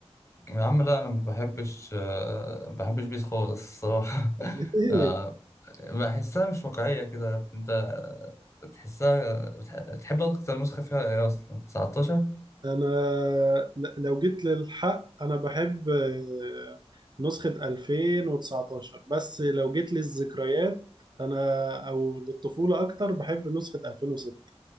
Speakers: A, on the left (about 25°); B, on the right (about 40°).
A: يا عم لا انا ما بحبش آه، ما بحبش بيس خالص الصراحه <laughs>
B: <laughs> ليه؟
A: آه، بحسها مش واقعيه كده انت آه، تحسها بتح- بتحب اكتر نسخه فيها ايه اصلا 19
B: أنا ل- لو جيت للحق أنا بحب آه، نسخة 2019 بس لو جيت للذكريات أنا أو للطفولة أكتر بحب نسخة 2006